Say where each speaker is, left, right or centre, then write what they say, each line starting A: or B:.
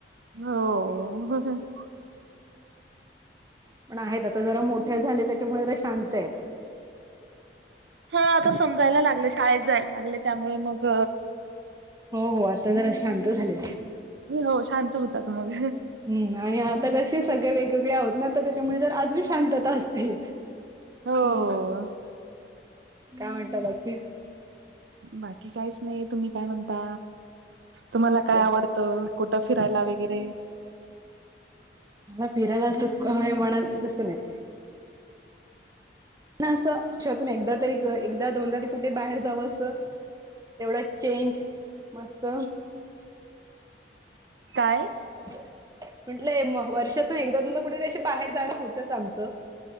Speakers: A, on the right; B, on the right.
A: हो
B: पण आहेत आता जरा मोठे झाले त्याच्यामुळे जरा शांत आहेत.
A: हा आता समजायला लागलं शाळेत जायला लागलं त्यामुळे मग
B: हो हो आता जरा शांत झाले.
A: नाही हो शांत होतात मग
B: हम् आणि आता कसे सगळे वेगवेगळे आहोत ना तर त्याच्यामुळे तर अजून शांतता असते.
A: हो.
B: हम्म काय म्हणत बाकी
A: बाकी काहीच नाही, तुम्ही काय म्हणता? तुम्हाला काय
B: मला
A: आवडतं? कुठं फिरायला वगैरे,
B: मला फिरायला सुख आहे म्हणा जस नाही ना अस वर्षातून एकदा तरी एकदा दोनदा तरी कुठे बाहेर जावं असं. तेवढा चेंज मस्त
A: काय?
B: म्हंटलंय वर्षातून एकदा तून कुठेतरी अशी बाहेर जाणं होतंच आमचं